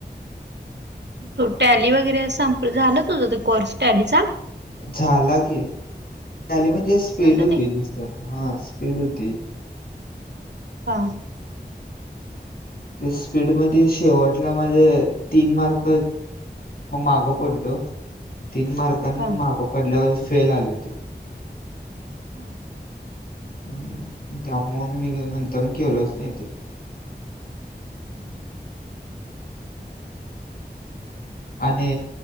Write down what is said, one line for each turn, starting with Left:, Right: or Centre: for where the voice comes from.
Right: तो टॅली वगैरे संप झालंच होतं कोर्स टॅलीचा
Left: झाला की टॅली म्हणजे स्पीड
Right: झालं
Left: होती
Right: ते
Left: नुसत हा स्पीड होती.
Right: हा
Left: ते स्पीड मध्ये शेवट तीन मार्क माग पडलो तीन मार्क मागं
Right: हा
Left: पडल्यावर फेल आले ते.
Right: हां
Left: हं त्यामुळे मी नंतर केलोच नाही ते
Right: हं
Left: आणि